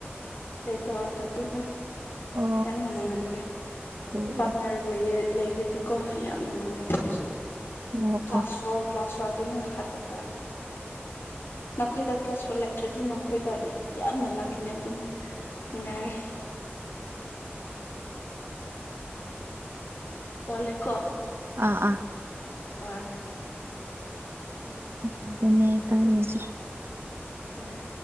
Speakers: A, on the left; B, on the right.
A: ꯂꯩ ꯇꯧꯔꯒ ꯑꯗꯨꯒ
B: ꯑꯣ
A: ꯌꯥꯝꯅ ꯅꯨꯡꯉꯥꯏꯔꯦ
B: ꯑꯣ
A: ꯄꯥꯔꯠꯅꯔ ꯂꯩ ꯂꯩꯔꯗꯤꯀꯣ ꯌꯥꯝꯅ ꯅꯨꯡꯉꯥꯏꯌꯦ ꯑꯗꯨꯁꯨ
B: ꯑꯣ
A: ꯀ꯭ꯂꯥꯁ
B: ꯑꯣ ꯑꯣ
A: ꯐꯣꯔ ꯀ꯭ꯂꯥꯁ ꯑꯗꯨꯝꯅ ꯍꯥꯠꯄꯒ ꯅꯈꯣꯏꯗ ꯀ꯭ꯂꯂꯥꯁ ꯐꯣꯔ ꯂꯩꯇ꯭ꯔꯗꯤ ꯅꯈꯣꯏꯗ ꯌꯥꯝ ꯅ ꯂꯥꯛꯈꯤꯅꯦ ꯑꯗꯨꯅꯤ ꯅꯨꯡꯉꯥꯏꯔꯦ ꯋꯥꯂꯦꯀꯣ
B: ꯑꯥ ꯑꯥ
A: <inaudible>
B: ꯑꯗꯨꯅꯦ ꯇꯧꯔꯤꯁꯦ
A: ꯍꯣꯏ